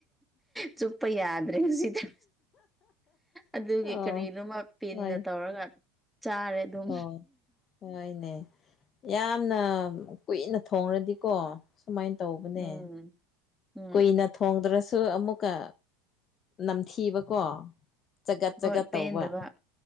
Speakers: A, in the centre; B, on the left (about 40°).
A: ꯆꯨꯞꯄꯥ ꯌꯥꯗ꯭ꯔꯦ ꯍꯧꯖꯤꯛꯇꯣ ꯑꯗꯨꯒꯤ
B: ꯑꯣ
A: ꯀꯔꯤꯅꯣꯃꯅ ꯄꯤꯟꯅ
B: ꯍꯣꯏ
A: ꯇꯧꯔꯒ ꯆꯥꯔꯦ ꯑꯗꯨꯝ
B: ꯑꯣ ꯍꯣꯏꯅꯦ ꯌꯥꯝꯅ ꯀꯨꯏꯅ ꯊꯣꯡꯔꯗꯤꯀꯣ ꯃꯥꯗꯨꯃꯥꯏꯟ ꯇꯧꯕꯅꯦ
A: ꯎꯝ ꯎꯝ
B: ꯀꯨꯏꯅ ꯊꯣꯡꯗ꯭ꯔꯁꯨ ꯑꯃꯨꯛꯀ ꯅꯝꯊꯤꯕꯀꯣ ꯆꯒꯠ
A: ꯍꯣꯏ
B: ꯆꯒꯠ
A: ꯄꯦꯟꯗꯕ
B: ꯇꯧꯕ